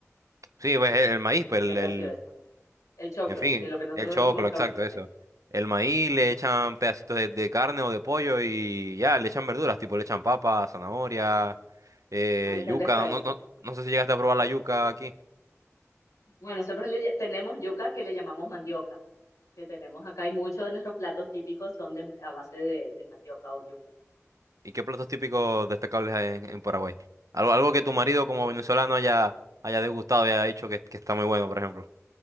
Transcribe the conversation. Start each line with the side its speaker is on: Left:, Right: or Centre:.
Right: Sí, pues el, el maíz,
Left: Entonces,
Right: pues el,
Left: habrá
Right: el-
Left: sido eso. El choclo,
Right: en fin,
Left: sí, lo que nosotros
Right: el choclo,
Left: decimos
Right: exacto,
Left: choclo,
Right: eso.
Left: sí.
Right: El maíz le echan pedacitos de, de carne o de pollo y ya, le echan verduras, tipo le echan papa, zanahoria, eh,
Left: Ay, tal
Right: yuca,
Left: vez fue eso.
Right: no, no, no sé si llegaste a probar la yuca aquí.
Left: Bueno, nosotros le ll- tenemos yuca que le llamamos mandioca, que tenemos acá y muchos de nuestros platos típicos son de, a base de, de mandioca o yuca.
Right: ¿Y qué platos típicos destacables hay en, en Paraguay? Algo, algo que tu marido como venezolano haya, haya degustado y haya dicho que, que está muy bueno, por ejemplo.